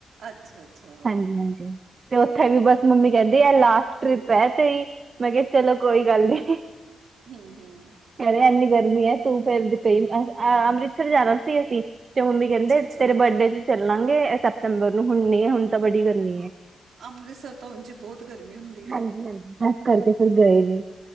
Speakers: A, on the right; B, on the right.
A: ਅੱਛਾ ਅੱਛਾ
B: ਹਾਂਜੀ-ਹਾਂਜੀ, ਤੇ ਉੱਥੇ ਵੀ ਬਸ ਮੰਮੀ ਕਹਿੰਦੀ ਏ, ਲਾਸਟ ਟ੍ਰਿਪ ਹੈ ਤੇਈ, ਮੈਂ ਕਿਹਾ ਚਲੋ, ਕੋਈ ਗੱਲ ਨੀ।
A: ਹੂੰ, ਹੂੰ
B: ਕਹਿ ਰਹੇ ਇੰਨੀ ਗਰਮੀ ਏ, ਤੂੰ ਫਿਰ ਕਈ, ਅੰਮ੍ਰਿਤਸਰ ਜਾਣਾ ਸੀ ਅਸੀਂ। ਤੇ ਮੰਮੀ ਕਹਿੰਦੇ,
A: ਅੱਛਾ
B: ਤੇਰੇ ਬਰਡੇ'ਚ ਚੱਲਾਂਗੇ ਸਪਟੇਂਬਰ ਨੂੰ, ਹੁਣ ਨਹੀਂ ਹੁਣ ਤਾਂ ਬੜੀ ਗਰਮੀ ਏ।
A: ਅੰਮ੍ਰਿਤਸਰ ਤੋ ਉਂਝ ਈ ਬਹੁਤ ਗਰਮੀ ਹੁਨ
B: ਹਾਂਜੀ-ਹਾਂਜੀ, ਐਸ ਕਰਕੇ ਫਿਰ ਗਏ ਨਹੀ।